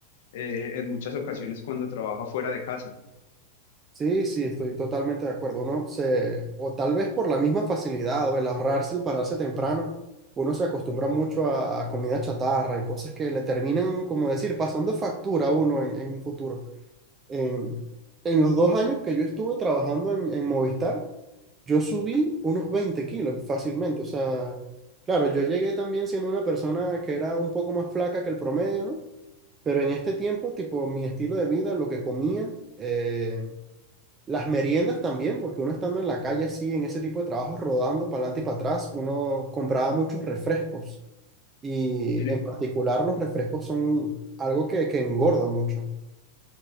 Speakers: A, on the left; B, on the right.
A: eh, en muchas ocasiones cuando trabaja fuera de casa.
B: Sí, sí, estoy totalmente de acuerdo. Uno se, o tal vez por la misma facilidad o el ahorrarse, el pararse temprano, uno se acostumbra mucho a, a comida chatarra y cosas que le terminan, como decir, pasando factura a uno en, en un futuro. En, en los dos años que yo estuve trabajando en, en Movistar, yo subí unos 20 kilos fácilmente. O sea, claro, yo llegué también siendo una persona que era un poco más flaca que el promedio, ¿no? Pero en este tiempo, tipo, mi estilo de vida, lo que comía... eh, las meriendas también, porque uno estando en la calle así, en ese tipo de trabajos, rodando para adelante y para atrás, uno compraba muchos refrescos. Y
A: Mire,
B: en particular los refrescos son algo que, que engorda mucho.